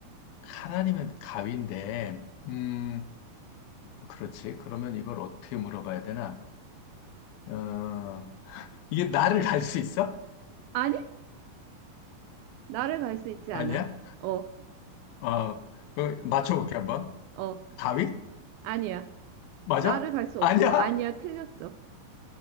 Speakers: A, on the left; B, on the right.
A: 칼아니면 가위인데, 음, 뭐 그렇지. 그러면 이걸 어떻게 물어봐야 되나? 어, 이게 나를 갈 수 있어?
B: 아니? 나를 갈 수 있지
A: 아니야?
B: 않아. 어,
A: 아, 그 맞춰볼게 한번.
B: 어,
A: 가위?
B: 아니야.
A: 맞아?
B: 나를 갈 수
A: 아니야?
B: 없어. 아니야, 틀렸어.